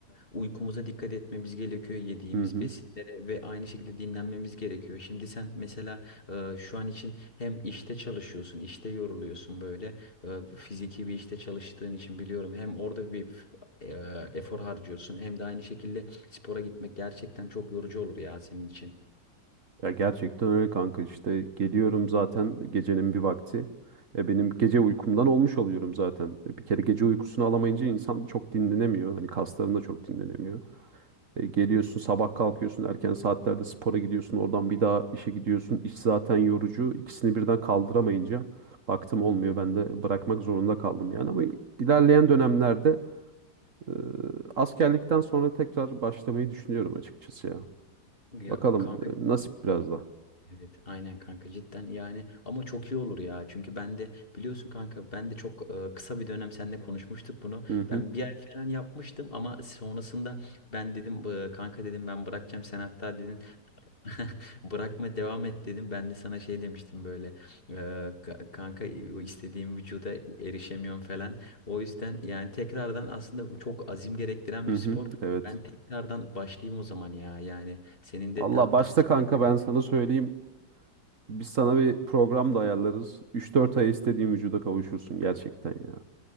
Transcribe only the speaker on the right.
Hı hı.
Ya gerçekten öyle kanka işte geliyorum zaten gecenin bir vakti. E benim gece uykumdan olmuş oluyorum zaten. E bir kere gece uykusunu alamayınca insan çok dinlenemiyor. Hani kasların da çok dinlenemiyor. E geliyorsun sabah kalkıyorsun erken saatlerde spora gidiyorsun. Oradan bir daha işe gidiyorsun. İş zaten yorucu. İkisini birden kaldıramayınca baktım olmuyor. Ben de bırakmak zorunda kaldım yani. Ama ilerleyen dönemlerde e, askerlikten sonra tekrar başlamayı düşünüyorum açıkçası ya.
Bakalım
e, nasip biraz da.
Hı hı.
Hı
hı,
evet.
Valla
başta kanka
ben sana söyleyeyim. Biz sana bir program da ayarlarız. Üç dört ay istediğin vücuda kavuşursun gerçekten ya.